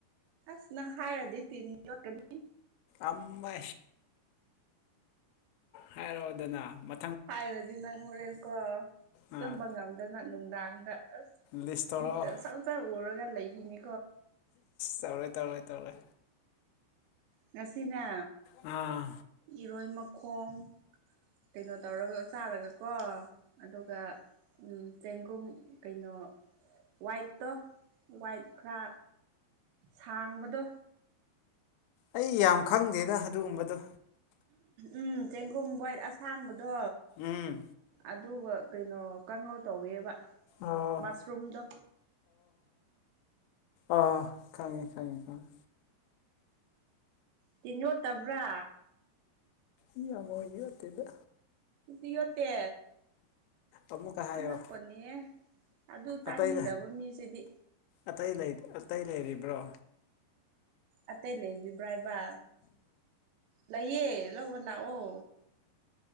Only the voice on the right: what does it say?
ꯑꯁ ꯅꯪ ꯍꯥꯏꯔꯗꯤ ꯇꯤꯟ ꯌꯣꯠꯀꯅꯤ
ꯍꯥꯏꯔꯗꯤ ꯅꯪ ꯍꯣꯔꯦꯟꯀꯣ
ꯇꯝꯕ ꯉꯝꯗꯅ ꯅꯨꯡꯗꯥꯡꯗ ꯑꯁ
ꯃꯤꯇ ꯁ ꯆꯔ ꯑꯣꯔꯒ ꯂꯩꯈꯤꯅꯤ
ꯉꯁꯤꯅ
ꯏꯔꯣꯏ ꯃꯈꯣꯡ ꯀꯩꯅꯣ ꯇꯧꯔꯒ ꯆꯥꯔꯒꯀꯣ ꯑꯗꯨꯒ ꯆꯦꯡꯒꯨꯝ ꯀꯩꯅꯣ ꯋꯥꯏꯠꯇꯣ ꯋꯥꯏꯠ ꯈꯔ ꯁꯥꯡꯕꯗꯣ
ꯎꯝ ꯆꯦꯡꯒꯨꯝ ꯕꯣꯏꯠ ꯑꯁꯥꯡꯕꯗꯣ
ꯑꯗꯨꯒ ꯀꯩꯅꯣ ꯀꯥꯡꯉꯧ ꯇꯧꯋꯦꯕ
ꯃꯥꯁꯔꯨꯝꯨꯝꯗ
ꯇꯤꯟꯒꯣ ꯇꯕ꯭ꯔꯥ
ꯏꯍꯠꯇ
ꯑꯉꯛꯄꯅꯦ ꯑꯗꯨ ꯆꯥꯅꯤꯡꯗꯕ
ꯃꯤꯁꯤꯗꯤ
ꯑꯇꯩ ꯂꯩꯕꯤꯕ꯭ꯔꯥ ꯍꯥꯏꯕ ꯂꯩꯌꯦ ꯂꯧꯕ ꯂꯥꯛꯑꯣ